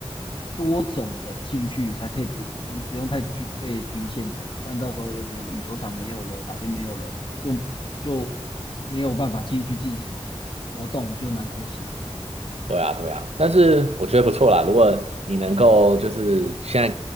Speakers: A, on the left; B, on the right.
A: 多种的兴趣，才可以不不是不用太局被局限着，不然到时候有可能羽球场没有了，哪边没有了，就就没有办法进去进行活动，就蛮可惜的。
B: 对啊，对啊，但是我觉得不错啦，如果你能够就是现在，